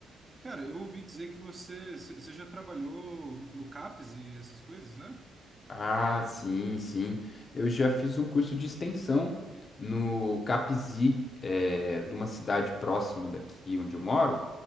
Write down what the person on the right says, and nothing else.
Cara, eu ouvi dizer que você, c- você já trabalhou no CAPS e essas coisas, né?